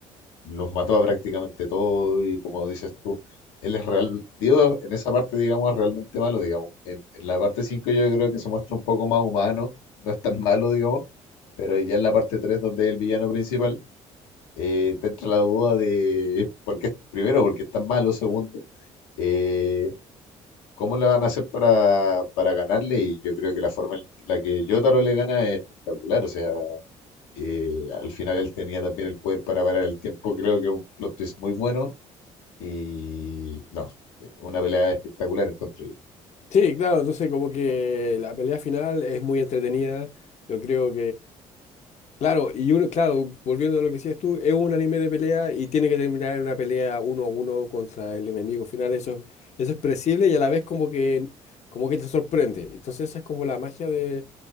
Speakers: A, on the left; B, on the left.
A: los mató a prácticamente todo y como dices tú, él es real, Dio en esa parte, digamos, es realmente malo, digamos. En, en la parte 5 yo creo que se muestra un poco más humano, <laughs> no es tan malo, digamos, pero ya en la parte 3 donde es el villano principal, eh, te entra la duda de, por qué, primero, porque es tan malo, segundo, eh, ¿Cómo le van a hacer para, para ganarle? Y yo creo que la forma en la que Jotaro le gana es espectacular. O sea, eh, al final él tenía también el poder para parar el tiempo. Creo que es un plot twist muy bueno. Y no, una pelea espectacular encuentro yo.
B: Sí, claro, entonces como que la pelea final es muy entretenida. Yo creo Claro, y uno, claro, volviendo a lo que decías tú, es un anime de pelea y tiene que terminar en una pelea uno a uno contra el enemigo final. Eso, es- eso es predecible y a la vez como que, como que te sorprende. Entonces esa es como la magia de,